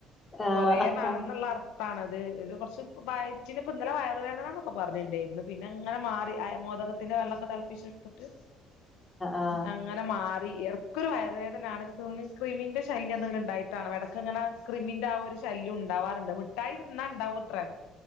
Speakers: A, on the left; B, on the left.
A: ആ
B: കൊറേ വേണംന്നുള്ളർത്ഥ ഇപ്പാണത് കുറച്ച് പ്പം വായിറ്റിന് പ്പം ഇന്നലെ വയറു വേദനന്നൊക്കെ പറഞ്ഞിട്ടണ്ടായിരുന്നു പിന്നെ അങ്ങനെ മാറി അയ മോദകത്തിന്റെ വെള്ളക്കെ തെളപ്പിച്ചെടുത്തിട്ട്
A: ആ ആ
B: അങ്ങ് ങ്ങനെ മാറി. എടക്കൊരു വയറുവേദനാണ്. എനക്ക് തോന്നണ് കൃമിന്റെ ശല്യന്തെങ്കിലും ണ്ടായിട്ടാണ്. എടക്കങ്ങനെ ക്രിമിന്റെ ആ ഒരു ശല്യം ഉണ്ടാവാറുണ്ട്. മിഠായി തിന്നാ ഉണ്ടാവൂത്രേ.